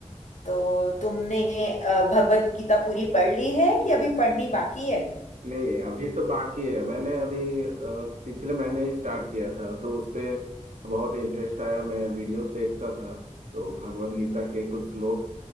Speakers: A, on the left; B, on the right.
A: तो तुमने अ, भगवत गीता पूरी पढ़ ली है कि अभी पढ़नी बाकी है
B: नहीं अभी तो बाकी है मैंने अभी अ, पिछले महीने ही स्टार्ट किया था तो उस पे बहुत इंटरेस्ट आया मैं वीडियोस देखता था तो भगवद गीता के कुछ श्लोक